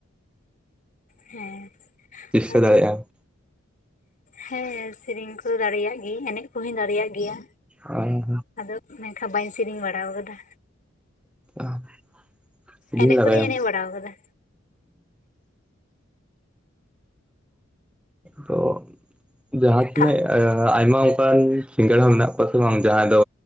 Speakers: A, on the left (about 40°); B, in the centre.
A: ᱦᱮᱸ
B: ᱪᱮᱥᱴᱟ
A: ᱟᱫᱚ
B: ᱫᱟᱲᱮᱭᱟᱜ
A: ᱦᱮᱸ ᱥᱮᱨᱮᱧ ᱠᱚᱫᱚ ᱫᱟᱲᱮᱭᱟᱜ ᱮᱱᱮᱡ ᱠᱚᱦᱚᱧ ᱫᱟᱲᱮᱭᱟᱜ ᱜᱮᱭᱟ
B: ᱟᱢ
A: ᱟᱫᱚ ᱢᱮᱱᱠᱷᱟᱱ ᱵᱟᱹᱧ ᱥᱮᱨᱮᱧ ᱵᱟᱲᱟ ᱟᱠᱟᱫᱟ᱾
B: ᱟᱪᱷᱟ ᱥᱮᱨᱮᱧ
A: ᱮᱱᱮᱡ
B: ᱞᱟᱜᱟᱭᱟ᱾
A: ᱠᱚᱫᱚᱧ ᱮᱱᱮᱡ ᱵᱟᱲᱟ ᱟᱠᱟᱫᱟ
B: ᱛᱚ ᱡᱟᱦᱟᱸ ᱛᱤᱱᱟᱹᱜ
A: ᱛᱷᱟ
B: ᱟᱭᱢᱟ ᱚᱱᱠᱟᱱ ᱥᱤᱸᱜᱟᱲ ᱦᱚᱸ ᱢᱮᱱᱟᱜ ᱠᱚᱣᱟ ᱥᱮ ᱵᱟᱝ ᱡᱟᱦᱟᱸᱭ ᱫᱚ